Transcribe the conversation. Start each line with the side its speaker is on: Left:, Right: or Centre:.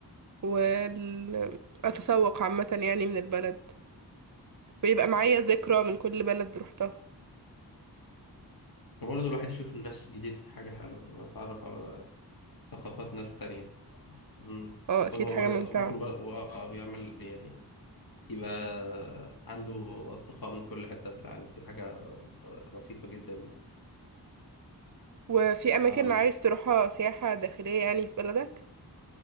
Right: والتسوق عامة يعني من البلد ويبقى معايا ذكرى من كل بلد روحتها
Left: وبرضه الواحد يشوف ناس جديدة دي حاجة حلوة يتعرف على ثقافات ناس تانية مم.
Right: اه اكيد
Left: وأنا
Right: حاجة
Left: برضه
Right: ممتعة
Left: ممكن برضه بيعمل يعني يبقى عنده أصدقاء من كل حتة في العالم دي حاجة آه، لطيفة جدا يعني
Right: وفي اماكن
Left: أم،
Right: عايز تروحها سياحة داخلية يعني في بلدك